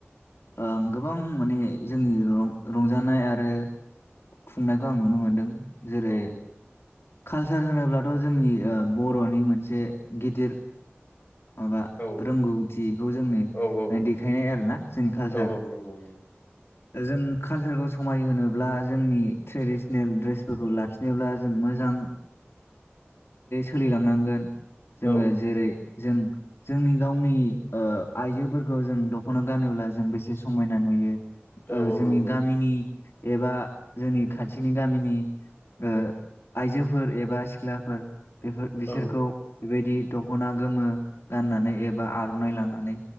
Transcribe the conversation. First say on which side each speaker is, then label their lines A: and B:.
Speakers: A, on the left (about 70°); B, on the left (about 45°).
A: आ गोबां माने जोंनि रंजानाय आरो खुंनायखौ आं नुनो मोनदों जेरै
B: औ
A: कालचार होनोब्लाथ जोंनि बरनि मोनसे गिदिर माबा
B: औ
A: रोंगौथिखौ जोंनो
B: औ औ
A: देखायनाय आरो ना जोंनि कालचार
B: औ औ नंगौ
A: जों कालसारखौ समायहोब्ला जोंनि ट्रेडिसनेल ड्रेसफोरखौ लाखिनोब्ला जों मोजां सोलिलांनांगोन जोङो
B: औ
A: जेरै जों जोंनि गावनि ओ आइजोफोरखौ जों दखना गानोब्ला जों बेसे समायना नुयो
B: औ
A: ओ
B: औ
A: जोंनि
B: नंगौ
A: गामिनि एबा जोंनि खाथिनि गामिनि ओ आइजोफोर एबा सिख्लाफोर बिसोरखौ
B: औ
A: बेबायदि द'खना गोमो गाननानै एबा आरनाइ लानानै